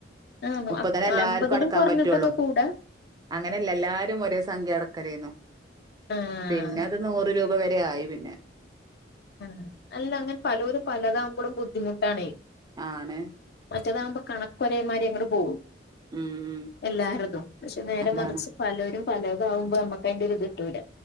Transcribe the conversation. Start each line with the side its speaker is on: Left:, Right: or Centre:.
Left: ആഹ്
Right: മുപ്പതെന്നെ എല്ലാർക്കും
Left: അമ്പതിലും
Right: അടക്കാൻ
Left: കുറഞ്ഞിട്ടൊക്കെ
Right: പറ്റൊള്ളു
Left: കൂടാ
Right: അങ്ങനെല്ല എല്ലാരും ഒരേ സംഖ്യ അടക്കലേന്നു
Left: ആഹ്
Right: പിന്നെ അത് നൂറ് രൂപ വരെ ആയി പിന്നെ
Left: ആഹ് അല്ല അങ്ങനെ പലൊലും പലതാവുമ്പോളും ബുദ്ധിമുട്ടാണേ
Right: ആണ്
Left: മറ്റേതാകുമ്പോ കണക്കോരേ മാതിരി അങ്ങട് പോകും
Right: ഉം ഉം
Left: എല്ലാരതും പക്ഷെ നേരെ
Right: അതാണ്
Left: മറിച്ച് പലൊരും പലെതാവുമ്പോ നമ്മക്ക് അയ്ന്റോരു ഇത്ട്ടൂല്ല